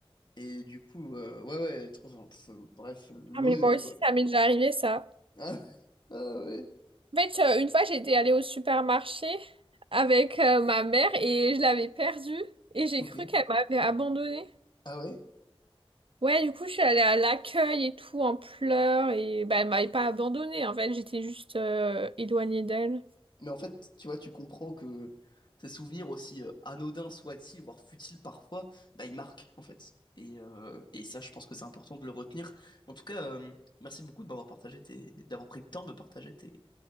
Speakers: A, on the left (about 50°); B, on the right (about 65°).
A: Et du coup, euh, ouais, ouais, trop, enfin, pff, bref, l'odeur,
B: Ah, mais moi aussi,
A: quoi. <laughs>
B: ça m'est déjà arrivé, ça.
A: Ah, ah ouais,
B: En fait, euh, une fois, j'étais allée au supermarché avec euh, ma mère et je l'avais perdue et j'ai
A: ok.
B: cru qu'elle m'avait abandonnée.
A: Ah ouais?
B: Ouais, du coup, je suis allée à l'accueil et tout en pleurs et bah, elle m'avait pas abandonnée. En fait, j'étais juste euh, éloignée d'elle.
A: Mais en fait, tu vois, tu comprends que ces souvenirs, aussi euh, anodins soient-ils, voire futiles parfois, bah, ils marquent, en fait. Et, euh, et ça, je pense que c'est important de le retenir. En tout cas, euh, merci beaucoup de m'avoir partagé tes... d'avoir pris le temps de me partager tes,